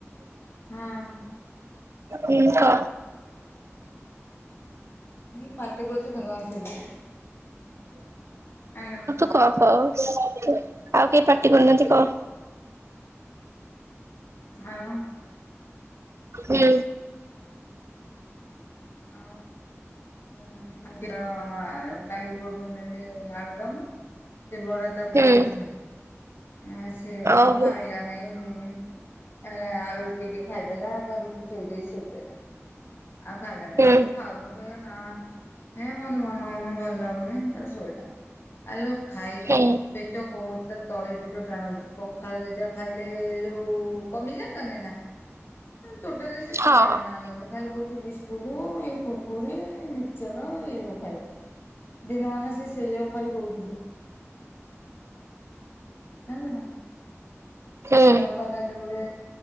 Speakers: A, on the left; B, on the right.
A: ହଁ!
B: ହୁଁ କହ।
A: ମୁଁ କହିଲି ପାଟି କରୁଚି ଘଁ ଘଁ ଶୁଭୁନି ହାଲୋ।
B: କ କ ଆଉ କେଇ ପାଟି କରୁନାହାନ୍ତି କହ।
A: ଆଉ
B: ହୁଁ।
A: ଆଉ <unintelligible> ଟାଙ୍ଗି ପଟୁ ନେଲେ ଆଳଦମ୍ ସେ ବରା ତରକାରୀ
B: ହୁଁ
A: କରି ଥିଲା ଆ ସିଏ କଣ
B: ଓହୋ
A: ଖାଇଲା ନାଇଁ ଏରା ଆଳୁ ଟିକେ ଖାଇଦେଲା ତା ରୁଟି ଥୋଇ ଦେଇ ଶୋଇପଡ଼ିଲା ଆଉ ଖାଇଲା ନାଇଁ
B: ହୁଁ
A: ମୁଁ କହିଲି ଖାଉନୁ କହିଲା ନା। ହେ ମତେ ମନ ହଉନି ଭଲ ଲାଗୁନି ତାରା ଶୋଇଲା ଆଲୋ ଖାଇଦେ
B: ହୁଁ
A: ପେ ପେଟ କଁ ହୋଉଚି ତାର ତଳି ପେଟ ଟାଣୁଚି ପଖାଳ ଦିଟା ଖାଇଲେ ଯୋଉ କମିଯାନ୍ତାନି ନା। ଆଁ ଟୋଟାଲି ସେ
B: ହଁ।
A: ଖାଇବା ନା ଧରୁନି। ଖାଲି କହୁଚି ବିସ୍କୁଟ ଏ କୁଡ଼କୁଡ଼ି ମିକ୍ସଚର ଏଇଆ କୁ ଖାଇବ। ଦିନମାନ ସେ ସେଇଆକୁ ଖାଇ ରହୁଚି ଲୋ। ଜାଣିଚୁନା
B: ହୁଁ
A: ବାପା କାଲି ଗୋଟେ